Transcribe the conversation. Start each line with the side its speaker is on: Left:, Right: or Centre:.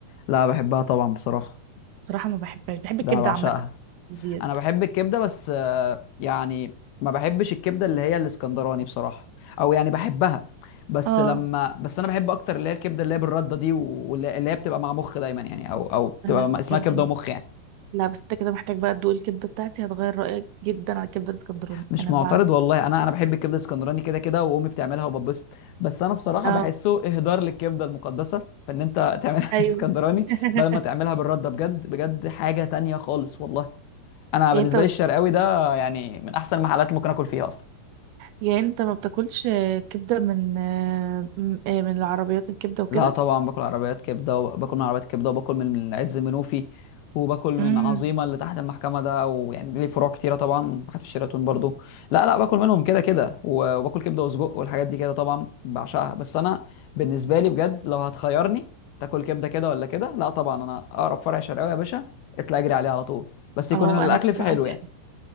Left: لا بحبها طبعا بصراحة
Right: بصراحة ما بحبهاش بحب
Left: ده
Right: الكبدة
Left: انا بعشقها
Right: عامة مش ديت
Left: انا بحب الكبدة بس آه، يعني ما بحبش الكبدة اللي هي الاسكندراني بصراحة او يعني بحبها بس
Right: اه
Left: لما بس انا بحب اكتر اللي هي الكبدة اللي هي بالردة دي واللي اللي هي بتبقى مع مخ دايما يعني او او بتبقى
Right: انا
Left: اسمها
Right: كمان
Left: كبدة ومخ يعني
Right: لا بس انت كده محتاج بقى تدوق الكبدة بتاعتي هتغير رأيك جدا على الكبدة الاسكندراني
Left: مش
Right: انا
Left: معترض
Right: بعمل
Left: والله انا انا بحب الكبده الاسكندراني كده كده وامي بتعملها وببسط بس انا بصراحه
Right: اه
Left: بحسه اهدار للكبده المقدسه فان انت تعملها
Right: ايوه
Left: <laughs> اسكندراني
Right: <laughs>
Left: بدل ما تعملها بالرده بجد بجد حاجه تانية خالص والله انا
Right: يعني
Left: بالنسبه
Right: انت
Left: لي الشرقاوي ده يعني من احسن المحلات اللي ممكن اكل فيها اصلا
Right: يعني انت ما بتاكلش كبدة من آه، م- آه، من العربيات الكبدة وكده
Left: لا طبعا باكل عربيات كبده وباكل من عربيات كبده وباكل من عز منوفي وباكل من
Right: امم
Left: عظيمه اللي تحت المحكمه ده ويعني ليه فروع كتيره طبعا واحد في شيراتون برضو لا لا باكل منهم كده كده و- وباكل كبده وسجق والحاجات دي كده طبعا بعشقها بس انا بالنسبه لي بجد لو هتخيرني تاكل كبده كده ولا كده لا طبعا انا اقرب فرع شرقاوي يا باشا اطلع اجري عليه على طول بس يكون
Right: اه
Left: الاكل
Right: انا بصراحة
Left: فيه حلو
Right: بحب
Left: يعني